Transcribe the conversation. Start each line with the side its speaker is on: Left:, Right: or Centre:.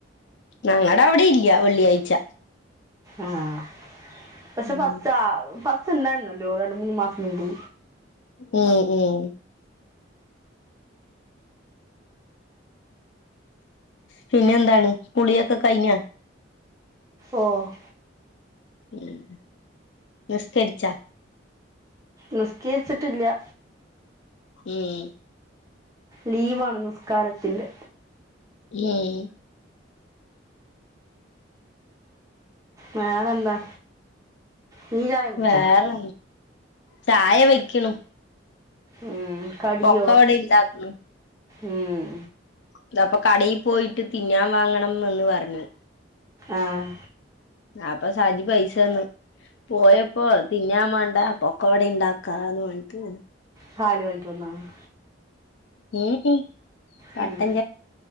Left: നങ്ങടെ അവിടെ ഇല്ല വെള്ളിയാഴ്ച.
Right: ആഹ് പക്ഷെ
Left: ഉം
Right: ഫസ്റ്റ് ആ ഫസ്റ്റ് ഉണ്ടായിരുന്നല്ലോ രണ്ട് മൂന്ന് മാസം മുമ്പ്.
Left: ഉം ഉം. പിന്നെന്താണ് കുളിയൊക്കെ കഴിഞ്ഞാ.
Right: ഓഹ്
Left: ഉം നിസ്കര്ച്ചാ.
Right: നിസ്കേര്ച്ച്ട്ടില്ല.
Left: ഏഹ്
Right: ലീവാണ് നിസ്കാരത്തിന്റെ
Left: ഏഹ്
Right: വേറെന്താ. നീ ചായ കുടിച്ചാ
Left: വേറെ ചായ വെക്ക്ണു
Right: ഉം കടിയോ
Left: ഒക്കെ അവിടെ ഇണ്ടാക്ക്ണു
Right: ഉം.
Left: അത അപ്പൊ കടേ പോയിട്ട് തിന്നാൻ വാങ്ങണംന്ന് ന്ന് പർഞ്ഞു.
Right: ആഹ്.
Left: ആപോ സാജി പൈസന്ന്. പോയപ്പോ തിന്നാൻ വേണ്ട പൊക്കവട ഉണ്ടാക്കാന്ന് പറ്, ഞ്ഞ് ട്.
Right: ഹാല് വാങ്ങിട്ട് വന്നതാണ്.
Left: ഉം ഉം. കട്ടൻ
Right: ഉം